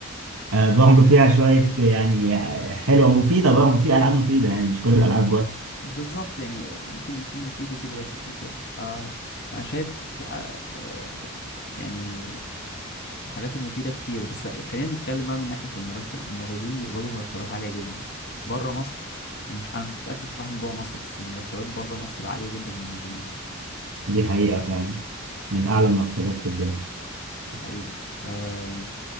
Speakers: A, on the right; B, on the left.
A: آه، برضه فيها شوية يعني حلوة مفيدة برضه في ألعاب مفيدة يعني مش كل الألعاب
B: ال-
A: وحشة
B: بالظبط يعني ممكن يكون مفيد وكده واحد وكده فانا شايف آه، آه، يعني الحاجات المفيدة كتير بس خلينا نتكلم بقى من ناحية المرتب الممرضين بيقبضوا مرتبات عالية جدا بره مصر مش أنا مش متأكد بصراحة من جوه مصر بس المرتبات بره مصر عالية جدا من الممرضين
A: دي حقيقة فعلا من أعلى المرتبات في الدنيا
B: ده حقيقي آه،